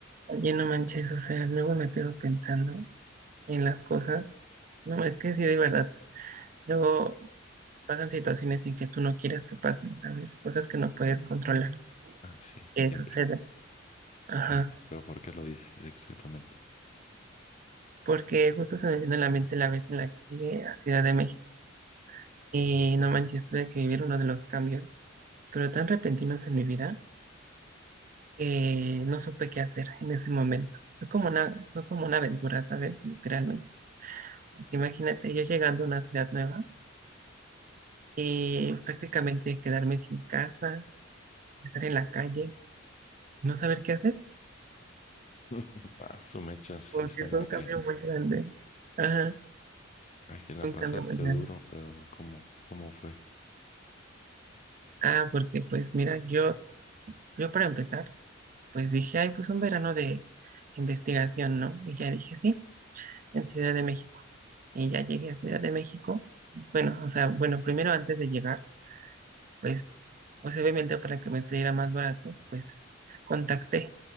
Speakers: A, on the right; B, on the left.
A: Oye, no manches, o sea, luego me quedo pensando en las cosas. No, es que sí, de verdad, luego pasan situaciones en que tú no quieras que pasen, ¿sabes? Cosas que no puedes controlar,
B: Ah, sí,
A: que
B: siempre,
A: suceden. Ajá,
B: siempre. Pero ¿por qué lo dices exactamente?
A: porque justo se me vino a la mente la vez en la que llegué a Ciudad de México y no manches, tuve que vivir uno de los cambios, pero tan repentinos en mi vida que no supe qué hacer en ese momento. Fue como una, fue como una aventura, ¿sabes? Literalmente. Porque imagínate, yo llegando a una ciudad nueva eh, prácticamente quedarme sin casa, estar en la calle, no saber qué hacer,
B: <laughs> Ah, su mecha sí
A: porque
B: suena
A: fue
B: a
A: un
B: que,
A: cambio muy grande. Ajá,
B: a que la
A: fue
B: pasaste
A: un cambio muy
B: duro,
A: grande.
B: pero ¿cómo, cómo fue?
A: Ah, porque pues mira, yo, yo para empezar, pues dije, ay, pues un verano de investigación, ¿no? Y ya dije, sí, en Ciudad de México. Y ya llegué a Ciudad de México. Bueno, o sea, bueno, primero antes de llegar, pues, pues obviamente para que me saliera más barato, pues contacté